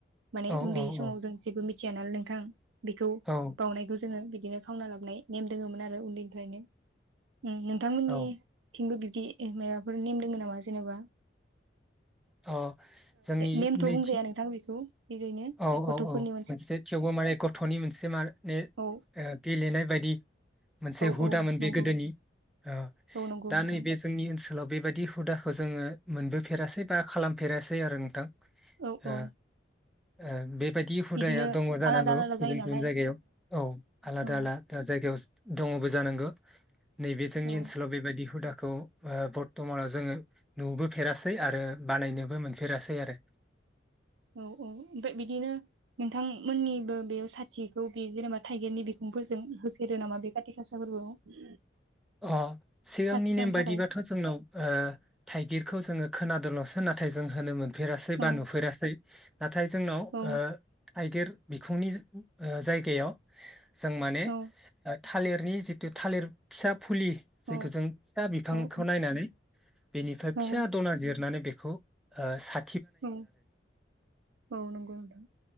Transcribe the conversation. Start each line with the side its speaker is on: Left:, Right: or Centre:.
Right: माने
Centre: औ
Right: उन्दै समाव
Centre: औ
Right: जों जेबो मिथि चेनेल नोंथां । बेखौ
Centre: औ
Right: बावनायखौ जोङो बिदिनो खावना लाबनाय नेम दोङोमोन आरो उन्दैनिफ्रायनो । नोंथांमोननि
Centre: औ
Right: थिंबो बिब दि माबाफोर नेम दोङो नामा जेनेबा?
Centre: अ जोंनि
Right: नेमथ'
Centre: नैथि
Right: बुंजाया नोंथां बेखौ ओरैनो
Centre: औ
Right: गथ'फोरनि
Centre: औ औ मोनसे थेवबो माने गथ'नि मोनसे मा ने
Right: औ
Centre: गेलेनाय बायदि मोनसे
Right: औ
Centre: हुदामोन
Right: औ
Centre: बे
Right: नंगौ
Centre: गोदोनि ओ
Right: औ नंगौ
Centre: दा
Right: नोंथां
Centre: नैबे जोंनि ओनसो लाव बेबायदि हुदाखौ जोङो मोनबोफेरासै बा खालामफेरासै आरो नोंथां।
Right: औ
Centre: ओ
Right: औ
Centre: ओ बे बायदि हुदाया
Right: बिदिनो
Centre: दङ जानांगौ
Right: आलादा आलादा
Centre: गुबुन
Right: जायो नालाय
Centre: गुबुन जायगायाव औ आलादा
Right: औ
Centre: आलादा जायगायाव दङबो जानांगौ। नैबे जों
Right: औ
Centre: ओनसोलाव बेबायदि हुदा। खौ बरथ'मानाव जोङो नुबोफेरासै आरो। बानायनोबो मोनफेरासै आरो।
Right: औ औ ओमफ्राय बिदिनो नोंथांमोननिबो बे साथिखौ बे जेनेबा थाइगिरनि बिखुंफोरजों होफेरो नामा बे काति गासा फोरबोआव?
Centre: अ सिगांनि
Right: साथि सावनो
Centre: नेम बायदिबाथ'
Right: थाखाय
Centre: जोंनाव ओ थाइगिरखौ जोङो खोनादोंल'। सो नाथाय जों होनोमोन। फेरासै
Right: औ
Centre: बा नुफेरासै। नाथाय जोंनाव
Right: औ
Centre: ओ थाइगेर बिखुंनि ओ जायगायाव जों माने
Right: औ
Centre: ओ थालिरनि जिथु थालिर सोब फुलि जेखौ
Right: औ
Centre: जों फिसा बिफांखौ
Right: औ
Centre: नायनानै बेनिफ्राय फिसा
Right: औ
Centre: दना जिरनानै बे खो ओ सा
Right: औ औ नंगौ नोंथां